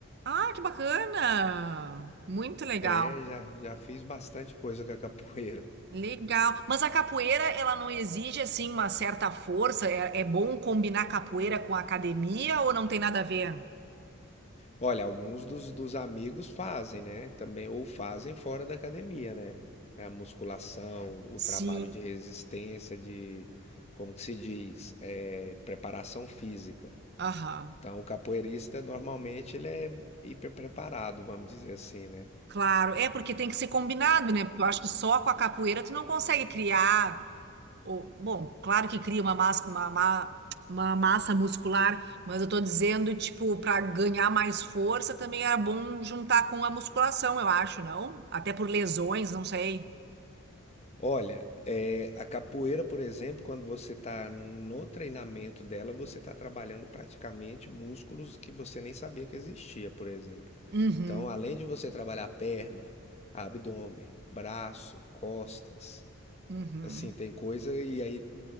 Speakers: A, on the right (about 50°); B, on the left (about 30°).
A: Ah, que bacana. Muito legal.
B: É, já, já fiz bastante coisa com a capoeira.
A: Legal. Mas a capoeira, ela não exige assim uma certa força? É, é bom combinar capoeira com academia ou não tem nada a ver?
B: Olha, alguns dos, dos amigos fazem, né? Também, ou fazem fora da academia, né? É A musculação, o
A: Sim.
B: trabalho de resistência, de, como que se diz? É, preparação física.
A: Aham.
B: Então, o capoeirista, normalmente, ele é hiper preparado, vamos dizer assim, né?
A: Claro. É porque tem que ser combinado, né? Porque eu acho que só com a capoeira tu não consegue criar o- bom, claro que cria uma massa, uma, ma- uma massa muscular, mas eu tô dizendo, tipo, para ganhar mais força também era bom juntar com a musculação, eu acho, não? Até por lesões, não sei.
B: Olha, é, a capoeira, por exemplo, quando você está no treinamento dela, você está trabalhando praticamente músculos que você nem sabia que existia, por exemplo.
A: Uhum,
B: Então, além de você trabalhar perna, abdômen, braço, costas,
A: uhum,
B: assim, tem coisa e aí